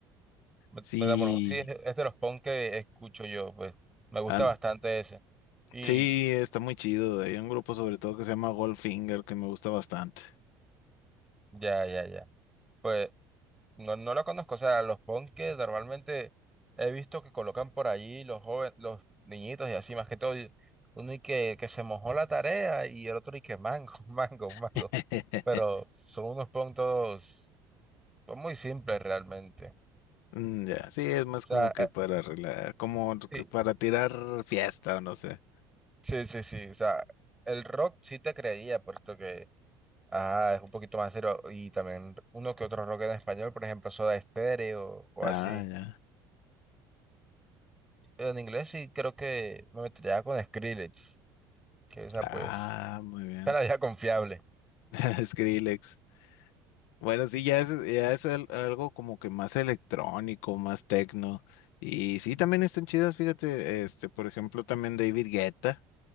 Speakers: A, in the centre; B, on the left (about 85°).
A: Me-
B: Sí,
A: Metamorfosis sí es es de los punk que escucho yo, pues, me gusta
B: an-
A: bastante ese. Y
B: sí, está muy chido. Hay un grupo sobre todo que se llama Goldfinger que me gusta bastante.
A: ya, ya, ya. pues No, no lo conozco, o sea, los punkes normalmente he visto que colocan por allí los jóvenes, los niñitos y así, más que todo, y uno y que, que se mojó la tarea y el otro y que mango, <laughs> mango, mango,
B: <laughs>
A: pero son unos punk todos son muy simples realmente. O
B: Mm, ya, sí, es más
A: sea,
B: como que para rela- como que
A: eh,
B: para tirar fiesta o no sé.
A: sí, sí, sí, sí, o sea, el rock sí te creería puesto que, ajá, es un poquito más serio y también uno que otro rock en español, por ejemplo, Soda Stereo o
B: Ah,
A: así.
B: ya.
A: En inglés sí creo que me metería con Skrillex, que esa
B: Ah,
A: pues
B: muy
A: <laughs>
B: bien.
A: era ya confiable,
B: <laughs> Skrillex. Bueno, sí, ya es, ya es al- algo como que más electrónico, más tecno. Y sí, también están chidas, fíjate, este, por ejemplo, también David Guetta,